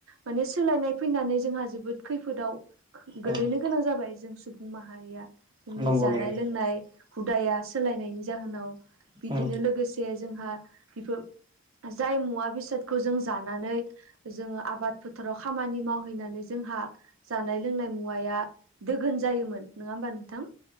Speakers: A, on the right; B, on the right.
A: माने सोलायनाय फैनानै जोंहा जोबोद खैफोदाव खो
B: औ
A: गोलैनो गोनां जाबाय जों सुबुं माहारिया जोंनि
B: नंगौ
A: जानाय
B: नंगौ
A: लोंनाय हुदाया सोलायनायनि जाहोनाव बिदिनो
B: औ औ
A: लोगोसे जोंहा बेफोर जाय मुवा बेसादखौ जों जानानै जोङो आबाद फोथाराव खामानि मावहैनानै जोंहा जानाय लोंनाय मुवाया दोगोन जायोमोन नङा होमबा नोंथां